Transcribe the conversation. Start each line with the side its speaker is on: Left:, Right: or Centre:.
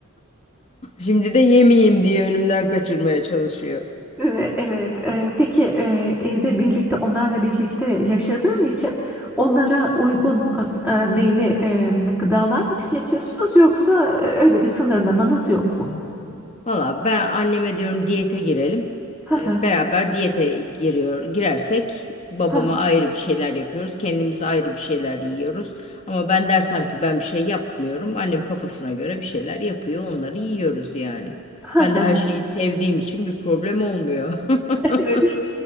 Left: Şimdi de yemeyeyim diye önümden kaçırmaya çalışıyor.
Centre: Ee, Evet. Ee, peki e, evde birlikte onlarla birlikte yaşadığın için onlara uygun e, belli e, gıdalar mı tüketiyorsunuz yoksa e, öyle bir sınırlamanız yok mu?
Left: Valla ben anneme diyorum diyete girelim.
Centre: Ha
Left: E,
Centre: ha
Left: Beraber diyete giriyor, girersek babama
Centre: ha ha.
Left: ayrı bir şeyler yapıyoruz. Kendimiz ayrı bir şeyler yiyoruz. Ama ben dersem ki ben bir şey yapmıyorum. Annem kafasına göre bir şeyler yapıyor. Onları yiyoruz yani.
Centre: ha.
Left: Ben de her
Centre: <laughs>
Left: şeyi sevdiğim için bir problem olmuyor. <laughs>
Centre: Evet.